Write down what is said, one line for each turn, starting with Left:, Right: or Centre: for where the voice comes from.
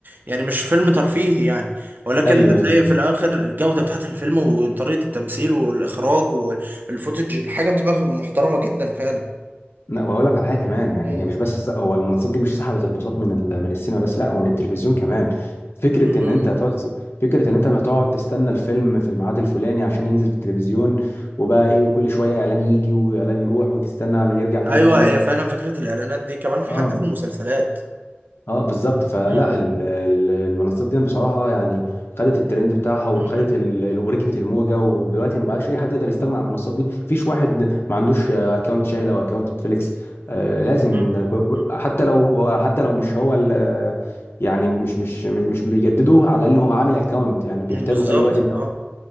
Right: يعني مش فيلم ترفيهي يعني ولكن
Left: ايوه
Right: بتلاقي
Left: ايوه
Right: في الاخر الجوده بتاعت الفيلم وطريقه التمثيل والاخراج الفوتج الحاجه بتبقى محترمه جدا فعلا
Left: لا وهقول لك على حاجه كمان يعني
Right: م-
Left: هي مش بس الس- هو المنصات دي مش سحبت البساط من ال- من السينما بس لا ومن التلفزيون كمان فكره
Right: م. م.
Left: ان انت هتقعد فكره ان انت ما تقعد تستنى الفيلم في الميعاد الفلاني عشان ينزل في التلفزيون وبقى ايه وكل شويه اعلان يجي واعلان يروح وتستنى يرجع تاني
Right: ايوه
Left: الفيلم
Right: هي فعلا فكره الاعلانات دي كمان في-
Left: اه
Right: حتى في المسلسلات
Left: اه بالظبط فلا
Right: مم.
Left: ال- ال- المنصات دي بصراحه يعني خدت الترند بتاعها وخدت
Right: مم.
Left: ال... ال- وركبت الموجه ودلوقتي ما بقاش اي حد يقدر يستغنى عن المنصات دي مفيش واحد ما عندوش اكونت شاهد او اكونت نتفليكس آه لازم
Right: مم.
Left: كو- كو-
Right: مم.
Left: حتى لو حتى لو مش هو ال... يعني مش مش مش مش بيجددوه على الاقل هو عامل اكونت يعني بيحتاجه
Right: م، بالظبط
Left: في اي وقت من الاوقات
Right: اه